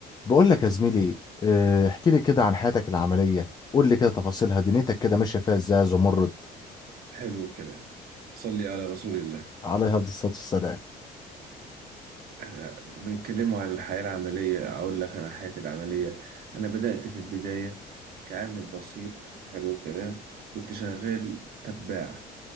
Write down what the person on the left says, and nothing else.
بقول لك يا زميلي آه، احكي لي كده عن حياتك العملية قول لي كده تفاصيلها دنيتك كده ماشية فيها ازاي يا زمرد
عليها أفضل الصلاة والسلام